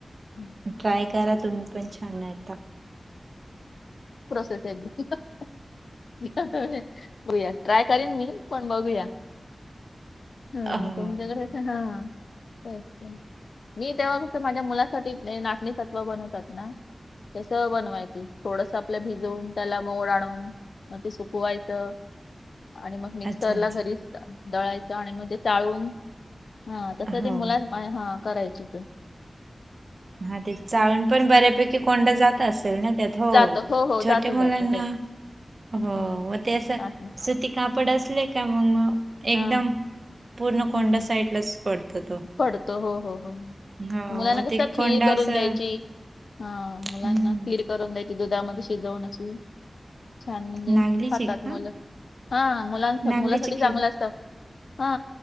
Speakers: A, on the left (about 80°); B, on the right (about 60°).
A: <unintelligible>
B: ट्राय करा तुम्ही पण छान येतात
A: <unintelligible> <unintelligible> ट्राय करीण मी, पण बघुया. <unintelligible>
B: हो
A: मी तेव्हा कस माझ्या मुलासाठी नाचणीसत्व बनवतात ना तस बणवायची थोडस आपलं भिजून त्याला मोड आणून मग ते सुकवायचं. आणि मग मिक्सर
B: अच्छा अच्छा.
A: ला घरीच दळायचं आणि मग ते चाळून हा तस
B: हो
A: ते मुलाच हा करायच <unintelligible>
B: हा ते चाळून पण बऱ्यापैकी कोंडा जात असेल ना? त्यात हो
A: जात हो हो
B: छोट्या
A: जात
B: मुलांना
A: जात हो
B: हो
A: हम्म
B: मग ते अस
A: असं
B: ती कापड असले का मम
A: हा
B: एकदम पूर्ण कोंडा
A: हम्म
B: साईडलाच पडतो तो.
A: पडतो हो हो हो
B: हो
A: मुलांना
B: मग ते
A: कस खीर
B: कोंडा
A: करून
B: असं
A: द्यायची हा मुलांना
B: हम्म
A: खीर करून द्यायची दुधामध्ये शिजवून अशी छान म्हणजे
B: नागलीचे
A: खातात
B: का
A: मुलं, हा मुलां
B: नागलीचे
A: मुलासाठी
B: खेळ
A: चांगलं अस- <unintelligible> हा